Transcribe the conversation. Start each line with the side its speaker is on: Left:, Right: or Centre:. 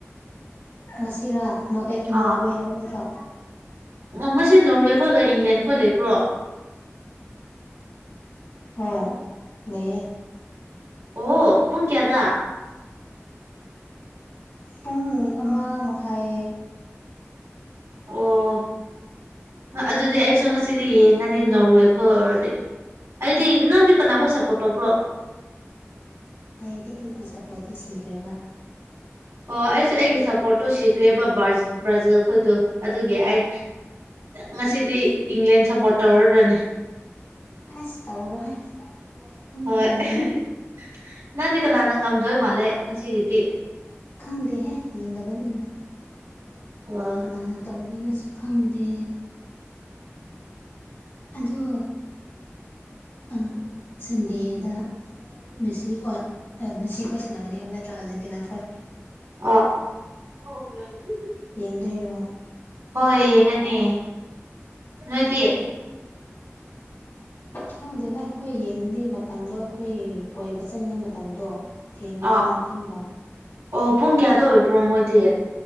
Left: ꯉꯁꯤꯔꯥ ꯅꯣ ꯑꯦ ꯅꯣꯔꯋꯦ
Right: ꯑꯥ
Left: ꯍꯥꯏꯕ ꯅꯠꯇ꯭ꯔꯣ
Right: ꯉꯁꯤ ꯅꯣꯔꯋꯦ ꯈꯣꯏꯒ ꯏꯪꯂꯦꯜ ꯈꯣꯏ ꯂꯩꯕ꯭ꯔꯣ
Left: <inaudible> ꯍꯣꯏ ꯂꯩꯌꯦ
Right: ꯑꯣ ꯄꯨꯡ ꯀꯌꯥꯗ
Left: ꯄꯨꯡ ꯑꯃ ꯃꯈꯥꯏ
Right: ꯑꯣ ꯍ ꯑꯗꯨꯗꯤ ꯑꯩꯁꯨ ꯑꯃ ꯁꯤꯗꯤ ꯌꯦꯡꯉꯅꯤ ꯅꯣꯔꯋꯦ ꯈꯣꯏ ꯑꯣꯏꯔꯗꯤ ꯑꯩꯗꯤ ꯅꯪꯗꯤ ꯀꯅꯥꯕꯨ ꯁꯄꯣꯠ ꯇꯧꯕ꯭ꯔꯣ
Left: ꯑꯩꯗꯤ ꯑꯩꯒꯤ ꯁꯄꯣꯔꯠꯇꯤ ꯁꯤꯈ꯭ꯔꯦꯕ
Right: ꯑꯣ ꯑꯩꯁꯨ ꯑꯩꯒꯤ ꯁꯄꯣꯠꯇꯣ ꯁꯤꯈ꯭ꯔꯦꯕ ꯕ꯭ꯔꯥꯖꯤꯜꯈꯣꯏꯗꯣ ꯑꯗꯨꯒꯤ ꯑꯩ ꯉꯁꯤꯗꯤ ꯏꯪꯂꯦꯟ ꯁꯄꯣꯠ ꯇꯧꯔꯗꯣꯏꯅꯦ
Left: ꯑꯥꯁ ꯇꯧꯔꯣꯍꯦ ꯅꯪ
Right: ꯍꯣꯏ
Left: ꯇꯧꯅꯤꯡꯕ
Right: ꯑꯍꯦ ꯍꯦ ꯅꯪꯗꯤ ꯀꯅꯥꯅ ꯉꯝꯗꯣꯏ ꯃꯥꯜꯂꯦ ꯉꯁꯤꯒꯤꯗꯤ
Left: ꯈꯪꯗꯦꯍꯦ ꯌꯦꯡꯗꯕꯅꯤꯅ
Right: ꯑꯣ
Left: ꯀꯅꯥꯅ ꯇꯧꯗꯣꯏꯅꯣꯁꯨ ꯈꯪꯗꯦ ꯑꯗꯣ ꯑ ꯁꯟꯗꯦꯗ ꯃꯦꯁꯤ ꯍꯣꯏ ꯃꯦꯁꯤ ꯈꯣꯏ ꯁꯥꯟꯅꯒꯅꯤ ꯍꯥꯏꯕ ꯅꯠꯇ꯭ꯔꯥ ꯑꯔꯖꯦꯟꯇꯤꯅ ꯈꯣꯏ
Right: ꯑꯥ ꯑꯣ ꯌꯥꯔꯦ ꯑꯗꯨꯗꯤ
Left: ꯌꯦꯡꯗꯣꯏꯔꯣ
Right: ꯍꯣꯏ ꯌꯦꯡꯉꯅꯤ ꯅꯣꯏꯗꯤ <inaudible>
Left: ꯈꯪꯗꯦꯗ ꯑꯩꯈꯣꯏ ꯌꯦꯡꯗꯦ ꯃꯇꯝꯗꯣ ꯑꯩꯈꯣꯏ ꯀꯣꯏꯕ ꯆꯠꯅꯤꯉꯩ ꯃꯇꯝꯗꯣ ꯊꯦꯡꯒ꯭ꯔꯦꯅ
Right: ꯑꯥ
Left: ꯈꯟꯕ
Right: ꯑꯣ ꯄꯨꯡ ꯀꯌꯥꯗ ꯑꯣꯏꯕ꯭ꯔꯣ ꯃꯣꯏꯗꯤ